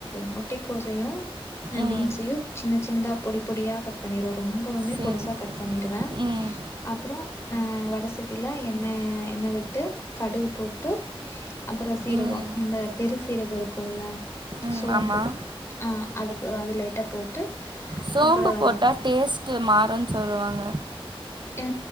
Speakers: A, on the left (about 25°); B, on the right (about 50°).
A: முட்டைக்கோசையு
B: ம்
A: பீன்ஸையு சின்ன சின்னதா பொடி பொடியா கட் பண்ணிருவே ரொம்பவுமே
B: சரி
A: பொடுசா கட் பண்ணிருவே
B: ம்
A: அப்றோ அ வட சட்டியில எண்ணெய எண்ணெய விட்டு கடுகு போட்டு அப்றோ சீரகோ
B: ம்
A: இந்த பெருசீரகோ இருக்குல்ல
B: ம்
A: சோம்பு
B: ஆமாம்
A: அ அது அது லைட்டா போட்டு
B: சோம்பு
A: அப்புறம்
B: போட்டா டேஸ்ட்டு மாறுன்னு சொல்லுவாங்க
A: அ